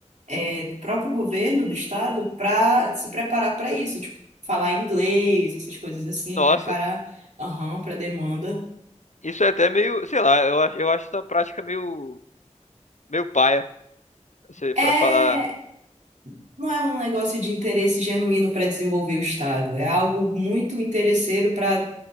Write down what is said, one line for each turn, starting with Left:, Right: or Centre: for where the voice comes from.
Right: é, do próprio governo do estado para se preparar para isso, tipo, falar inglês, essas coisas assim,
Left: Nossa,
Right: preparar, aham, para demanda.
Left: isso é até meio, sei lá, eu acho, eu acho essa prática meio, meio paia, assim,
Right: é
Left: pra falar,
Right: Não é um negócio de interesse genuíno para desenvolver o Estado, é algo muito interesseiro para